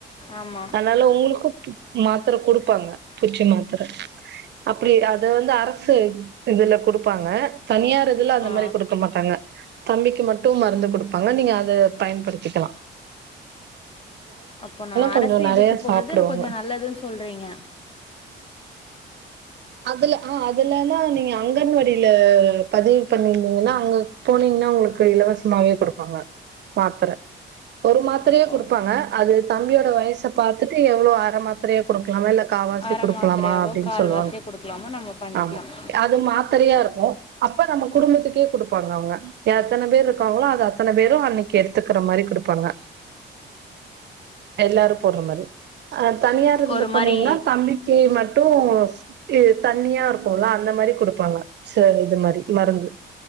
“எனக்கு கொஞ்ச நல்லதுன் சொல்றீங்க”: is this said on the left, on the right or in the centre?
Left